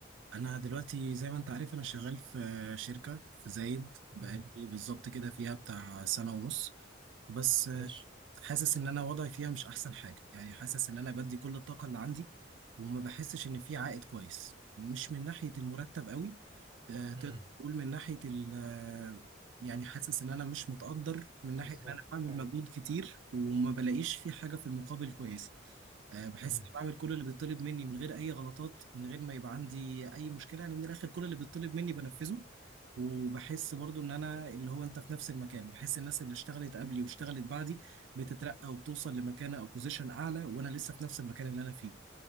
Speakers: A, on the right (about 75°); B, on the right (about 25°).
A: انا دلوقتي زي ما انت عارف انا شغال في شركه في زايد بقالي
B: مم.
A: بالظبط كده فيها بتاع سنه ونص بس
B: ماشي
A: حاسس ان انا وضعي فيها مش احسن حاجه يعني حاسس ان انا بدي كل الطاقه اللي عندي وما بحسش ان في عائد كويس مش من ناحيه المرتب قوي آه، تقدر
B: مم.
A: تقول من ناحيه ال آه، يعني حاسس ان انا مش متقدر من ناحيه
B: بالظبط
A: ان انا بعمل
B: ايوه
A: مجهود كتير وما بلاقيش في حاجه في المقابل كويسه آه، بحس
B: مم.
A: اني بعمل كل اللي بيطلب مني من غير اي غلطات من غير ما يبقى عندي اي مشكله يعني من الاخر كل اللي بيطلب مني بنفذه وبحس برضو ان انا اللي هو انت في نفس المكان بحس الناس اللي اشتغلت قبلي واشتغلت بعدي بتترقى وبتوصل لمكانه او بوزيشن اعلى وانا لسه في نفس المكان اللي انا فيه